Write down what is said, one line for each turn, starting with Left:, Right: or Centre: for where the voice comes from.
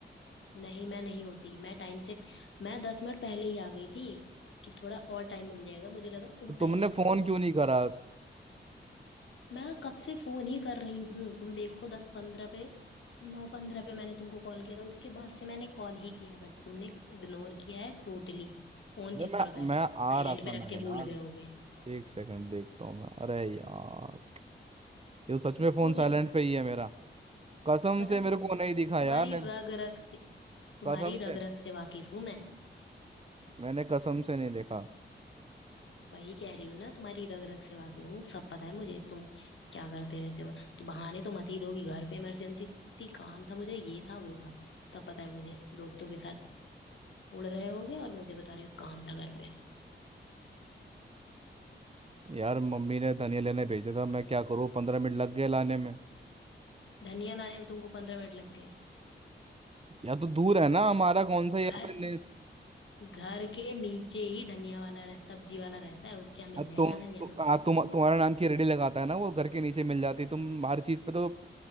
Left: नहीं मैं नहीं होती मैं टाइम से मैं दस मिनट पहले ही आ गई थी कि थोड़ा और टाइम मिल जाएगा मुझे लगा तुम
Right: तो
Left: पहले
Right: तुमने
Left: आ जाओगे
Right: फोन क्यों नहीं करा
Left: मैं कब से फोन ही कर रही हूँ तुम देखो दस पंद्रह पे नौ पंद्रह पे मैंने तुमको कॉल किया था उसके बाद से मैंने कॉल ही किया है बट तुमने इग्नोर किया है टोटली फोन
Right: अरे
Left: चेक
Right: मैं
Left: करो पहले
Right: मैं
Left: साइलेंट
Right: आ रहा था
Left: पे
Right: ना
Left: रख के
Right: यार
Left: भूल गए होगे
Right: एक सेकंड देखता हूँ मैं अरे यार ये तो सच में फोन
Left: हो
Right: साइलेंट
Left: गया
Right: पे ही है मेरा कसम
Left: पता
Right: से मेरे
Left: था मुझे
Right: को नहीं दिखा
Left: तुम्हारी
Right: यार नहीं तो
Left: रग रग से तुम्हारी
Right: कसम
Left: रग
Right: से
Left: रग से वाकिफ हूँ मैं
Right: मैंने कसम से नहीं देखा
Left: वही कह रही हूँ ना तुम्हारी रग रग से वाकिफ हूँ सब पता है मुझे तुम क्या करते रहते हो तो बहाने तो मत ही दो कि घर पे इमरजेंसी थी काम था मुझे ये था वो था तब पता है मुझे दोस्तों के साथ उड़ रहे होगे और मुझे बता रहे हो काम था घर पे
Right: यार मम्मी ने धनिया लेने भेजा था मैं क्या करूँ पंद्रह मिनट लग गए लाने में
Left: धनिया लाने में तुमको पंद्रह मिनट लग गए
Right: या तो दूर है ना हमारा कौन सा यहाँ
Left: घर
Right: पे नहीं
Left: घर के नीचे ही धनिया वाला रह सब्जी वाला रहता है उसके यहाँ मिल
Right: अब
Left: जाएगा
Right: तुम तु,
Left: धनिया तुमको
Right: आ, तुम तुम्हारा नाम की रेडी लगाता है ना वो घर के नीचे मिल जाती तुम हर चीज पे तो